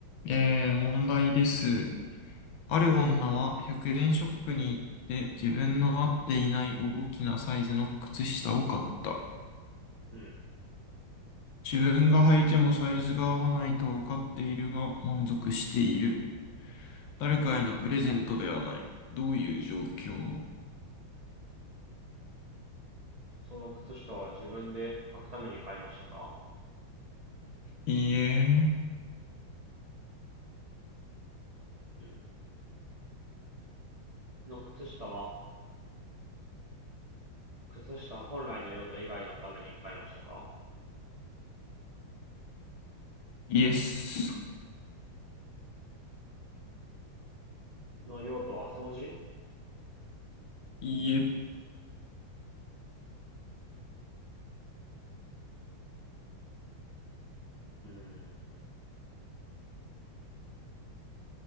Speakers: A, on the left; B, on the right.
A: えー、問題です。
B: うん、
A: ある女は100円ショップに行って自分の合っていない大きなサイズの靴下を買った。
B: うん。
A: 自分が履いてもサイズが合わないと分かっているが満足している。誰かへのプレゼントではない。どういう状況
B: その靴下は自分で履くために買いましたか
A: いいえ、
B: うん。の靴下は、靴下本来の用途以外のために買いましたか
A: イエス。
B: その用途は掃除
A: いいえ、
B: うーん。